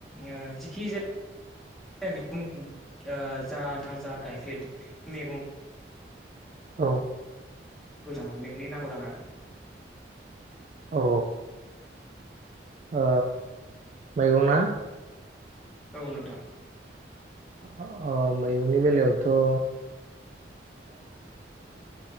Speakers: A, in the centre; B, on the right.
A: ओ जिखि जाया मैगं ओ जा नोंथां आं जा गायफेर मैगं
B: औ।
A: <unintelligible> मेगंनि नामखौ लाना
B: औ ओ मैगंना
A: औ नोंथां।
B: <inaudible> अ मैगंनि बेलायावथ' ओ।